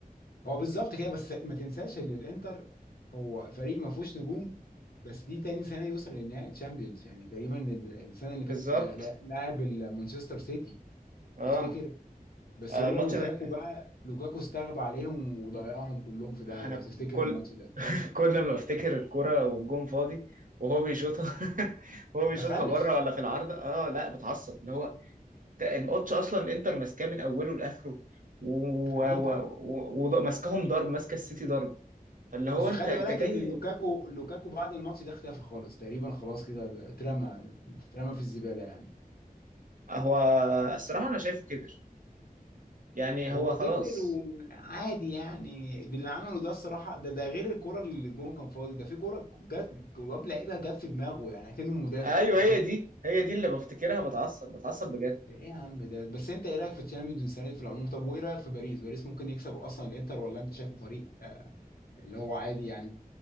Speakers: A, on the left (about 80°); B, on the right (about 60°).
A: هو بالظبط كده بس ما تنساش ان الانتر هو فريق ما فيهوش نجوم بس دي تاني سنه يوصل لنهائي تشامبيونز يعني تقريبا ال- السنه اللي
B: بالظبط
A: فاتت آه، لا- لعب مانشستر سيتي
B: اه
A: تفتكر بس
B: آه،
A: لولا
B: الماتش
A: لوكاكو
B: ده
A: بقى لوكاكو استغبى عليهم وضيعهم كلهم في داهيه
B: انا
A: لو تفتكر
B: كل
A: الماتش ده
B: كل ما افتكر الكرة والجون فاضي وهو بيشوطها <laughs> وهو
A: متخلف
B: بيشوطها بره ولا في العارضة اه لا بتعصب اللي هو انت الماتش اصلا الانتر ماسكاه من اوله لاخره وماسكاهم
A: غريب
B: و...
A: أوي
B: و... و... وماسكاهم ضرب ماسكه السيتي ضرب فاللي
A: بس
B: هو انت
A: خلي
B: انت
A: بالك
B: جاي
A: ان لوكاكو لوكاكو بعد الماتش ده اختفى خالص تقريبا خلاص كده اترمى اترمى في الزباله يعني
B: هو الصراحة انا شايفه كبر يعني
A: هو
B: هو خلاص
A: كبر وعادي يعني باللي عمله ده الصراحه ده ده غير الكره اللي الجون كان فاضي ده في كره جت ولاب لعيبه جت في دماغه يعني كأنه مدافع
B: ايوه
A: فاهم
B: هي دي هي دي اللي بفتكرها بتعصب بتعصب بجد
A: ده ايه يا عم ده بس انت ايه رايك في تشامبيونز السنه دي في العموم طب وايه رايك في باريس باريس ممكن يكسب اصلا الانتر ولا انت شايفه فريق آه اللي هو عادي يعني